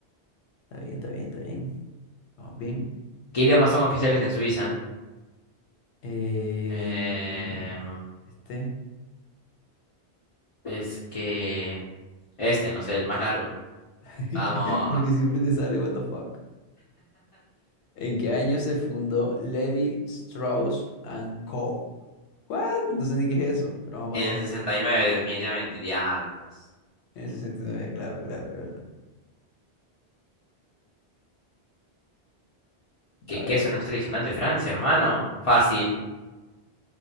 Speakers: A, on the left (about 80°); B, on the left (about 50°).
A: Está bien, está bien, está bien. Vamos bien.
B: ¿Qué idiomas son oficiales en Suiza?
A: Eh,
B: Eh,
A: mm, este.
B: es que... Este, no sé, el más largo.
A: <laughs>
B: Vamos.
A: Porque siempre te sale, what the fuck. ¿En qué año se fundó Levi Strauss and Co? What? No sé ni qué es eso, pero vamos
B: En
A: a poner
B: el
A: este.
B: 69, definitivamente. Diablos.
A: En el sesenta y nueve, claro, claro, claro.
B: Que
A: A ver.
B: queso no es tradicional de Francia, hermano. Fácil.